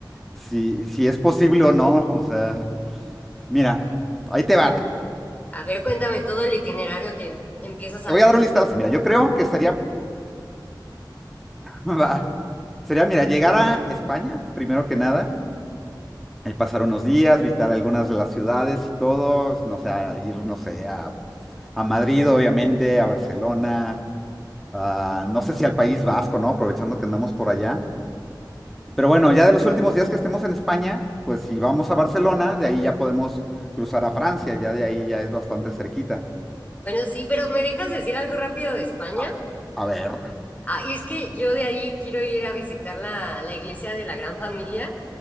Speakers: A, in the centre; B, on the left (about 20°).
A: si, si es posible o no. O sea, mira, ahí te va. Te
B: A ver, cuéntame todo el itinerario que empiezas a
A: voy
B: tener.
A: a dar un listado. Mira, yo creo que sería, <laughs> va, sería, mira, llegar a España, primero que nada. Ahí pasar unos días, visitar algunas de las ciudades y todo, no sé, a ir, no sé, a A Madrid, obviamente, a Barcelona, a- no sé si al País Vasco, ¿no? Aprovechando que andamos por allá. Pero bueno, ya de los últimos días que estemos en España, pues si vamos a Barcelona, de ahí ya podemos cruzar a Francia, ya de ahí ya es bastante cerquita.
B: Bueno, sí, pero ¿me dejas decir algo rápido de España?
A: A, a ver,
B: Ah, y es que yo de ahí quiero ir a visitar la, la iglesia de la Gran Familia